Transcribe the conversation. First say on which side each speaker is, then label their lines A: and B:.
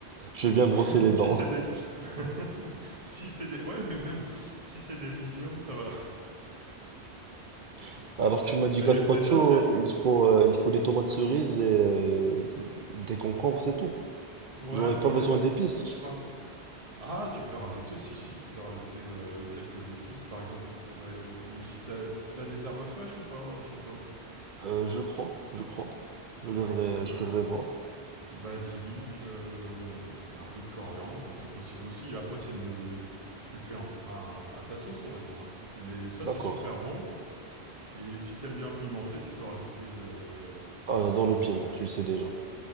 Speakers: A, on the right; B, on the right.
A: je vais bien brosser
B: <laughs>
A: les
B: si
A: dents.
B: c'est des. <laughs> si c'est des. Ouais, mais même si c'est des visios, ça va.
A: <laughs> Alors tu m'as dit
B: Mais,
A: gazpacho,
B: mais ça, c'est.
A: il faut euh, il faut des tomates cerises et euh, des concombres, c'est tout.
B: Ouais,
A: J'aurais
B: t'enlèves.
A: pas besoin d'épices.
B: Je pense. Ah, tu peux rajouter, si, si, tu peux rajouter euh, quelques épices. Par exemple, tu pourrais. Ou si t'as t'as des herbes fraîches ou pas euh, chez toi
A: Euh, je crois, je crois. Je devrais,
B: Par exemple,
A: euh, je
B: euh,
A: devrais voir.
B: basilic, euh, un peu de coriandre, c'est possible aussi. Après, c'est une. Tu fais en- un- à ta sauce, on va dire. hein. Mais ça,
A: D'accord.
B: c'est super bon. Et si t'aimes bien pimenter, tu peux rajouter euh,
A: Ah,
B: un
A: j'adore
B: peu de piment.
A: le piment, tu le sais déjà.